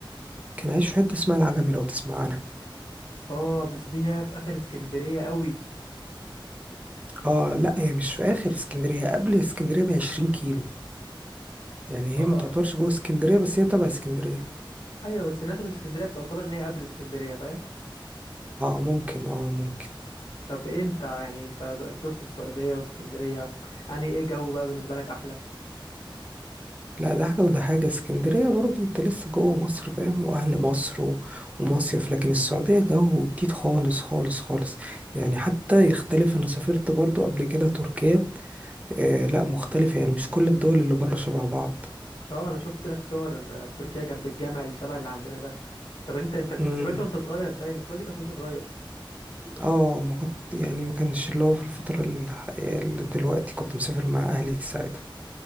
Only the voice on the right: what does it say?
كان عايش في حته اسمها العجمي لو تسمع عنها
اه لا هي مش في اخر اسكندريه هي قبل اسكندريه ب 20 كيلو يعني
هي ما تعتبرش جوه اسكندريه بس هي تبع اسكندريه
اه ممكن اه ممكن
لا ده حاجه وده حاجه اسكندريه برضه انت لسه جوه مصر فاهم واهل مصر و... ومصيف لكن السعوديه جو جديد خالص خالص خالص يعني حتى يختلف انا سافرت برضه قبل كده تركيا آه لا مختلفة يعني مش كل الدول اللي بره شبه بعض
مم.
اه ما كنت يعني ما كانش اللي هو في الفترة ال- اللي دلوقتي كنت مسافر مع أهلي ساعتها